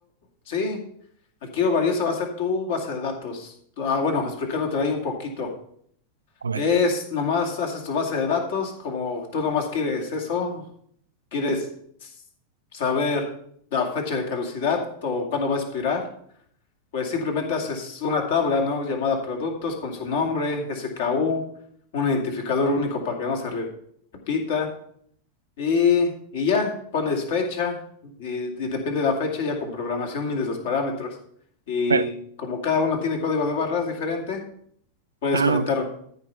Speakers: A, on the left (about 55°); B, on the right (about 75°).
A: sí, aquí lo valioso va a ser tu base de datos. Ah, bueno, explicándote ahí un poquito.
B: a ver.
A: Es nomás haces tu base de datos, como tú nomás quieres eso, quieres saber la fecha de caducidad o cuándo va a expirar, pues simplemente haces una tabla, ¿no? Llamada productos con su nombre, SKU, un identificador único para que no se re- repita y, y ya pones fecha y, y depende de la fecha, ya con programación mides los parámetros y
B: Pero,
A: como cada uno tiene código de barras diferente, puedes
B: ah,
A: conectar
B: ok.